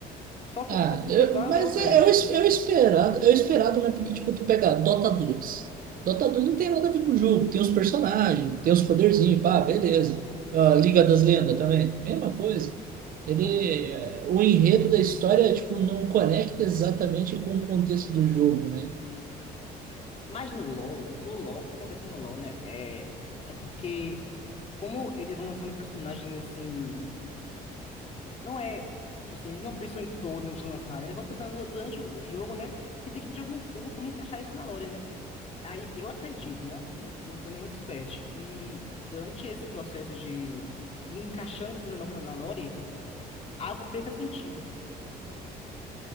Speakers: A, on the left; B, on the right.
A: Só que,
B: Ah,
A: só que ficou
B: eu-
A: igual
B: mas
A: é o Dante.
B: é, é, o, es- é o esperado, é o esperado, né? Porque, tipo, tu pega Dota dois Dota dois não tem nada a ver com o jogo. Tem os personagens, tem os poderzinhos, pá, beleza. Ah, Liga das Lendas também, mesma coisa. Ele,
A: Pô,
B: eh, o enredo da história, tipo, não conecta exatamente com o contexto do jogo, né?
A: mas no LoL, no LoL, o que acontece no LoL, né? É, é porque como eles vão lançando personagens assim. Não é, tipo assim, eles não pensam em todo antes de lançar, né? Eles vão pensando durante o jogo, né? E tem que de algum, de alguma forma encaixar isso na lore, né? Aí eu acredito, né? Não, não sou nenhum expert, que durante esse processo de ir encaixando coisa nova na na lore, algo perca sentido.